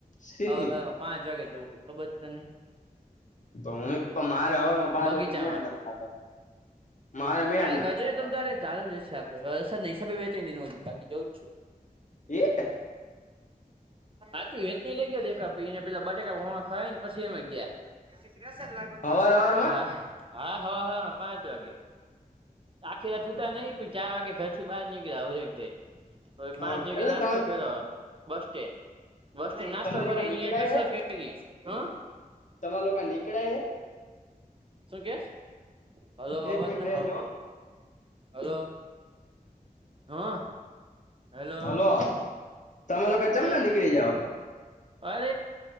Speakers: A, on the left; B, on the right.
A: શીની
B: હવા હર પાંચ વાગે જવં છું ખબર તને
A: તો હું એક તો મારે હવાજમાં પાંચ
B: બગીચામાં
A: વાગે મેળલે ને ખબ મારે મેલ
B: કાલ
A: નથી
B: કરજે
A: ખાતા
B: તમ
A: -
B: ચાલુ જશે આપડે વરસાદ ના હિસાબે વચ બાકી જવ જ છું.
A: એ
B: સાચું હેચ ન લઇ ગય એકને પેલા બટાકા ખાય ને પછી અમે ગયા. હા હા
A: હવાર હવારમાં
B: હવા હ પાંચ વાગે. આખી રાત હુતા નહ ચાર વાગે ઘર થી બહાર નીકળ્યા હરેક દાઈ. તો
A: હા
B: પાંચ વાગ્યા
A: એટલે
B: નાસ્તો
A: તમે
B: કર્યો બસ સ્ટેન્ડ બસ સ્ટેન્ડ નાસ્તો
A: તમે લોકો
B: કરીને
A: નીકળાય
B: કસર કરીશ હં
A: તમા લોકો ક નીકળે હ
B: શું કેશ હલો
A: એક
B: અવાજ
A: મિનિટ
B: ના
A: રેજો
B: આવતો
A: હો
B: હલો. હા. હેલો
A: હલો તમે લોકો કે ચેમના
B: હે
A: નીકળી જાવ હ.
B: અરે